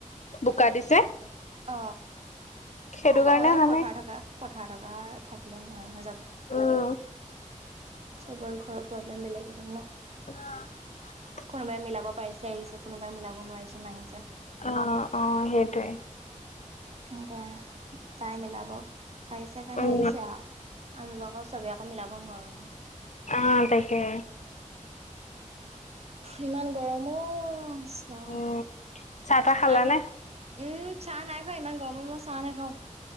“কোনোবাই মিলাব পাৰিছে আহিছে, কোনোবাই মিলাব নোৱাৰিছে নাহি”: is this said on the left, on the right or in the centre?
Right